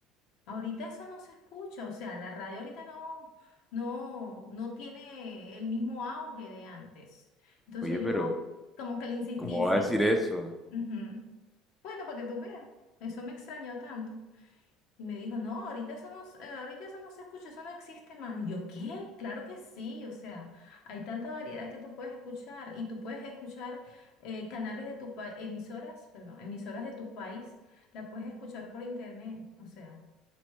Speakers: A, on the left (about 65°); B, in the centre.
A: Ahorita eso no se escucha, o sea, la radio ahorita no, no, no tiene el mismo auge de antes. Entonces
B: Oye,
A: yo
B: pero
A: como que le insistí,
B: ¿cómo va
A: sí.
B: a decir eso?
A: ujú. Bueno, para que tú veas, eso me extrañó tanto. Y me dijo, no, ahorita eso no, s- eh, ahorita eso no se escucha, eso no existe más. Y yo, ¿qué? Claro que sí, o sea, hay tanta variedad que tú puedes escuchar y tú puedes escuchar eh, canales de tu país, emisoras, perdón, emisoras de tu país, la puedes escuchar por internet, o sea.